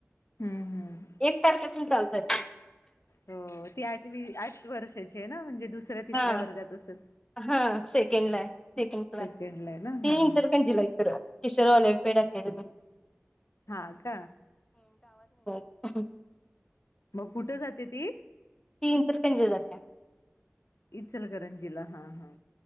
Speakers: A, on the left; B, on the left.
A: हम्म हम्म
B: एक तारखेतून चालतात
A: हो ती आठवी आठ वर्षाची आहे ना म्हणजे दुसऱ्या तिसऱ्या
B: हा
A: वर्गात असेल
B: हा सेकंड ला आहे सेकंड क्लास
A: सेकंडला
B: ती
A: आहे ना हा
B: इंचरंजीला एक तर टिचरवाल्या पेडा केडम
A: ह ह
B: अ्
A: मग कुठं जाते ती
B: तीन तर त्यांंच जात्या
A: इचलकरंजीला हा हा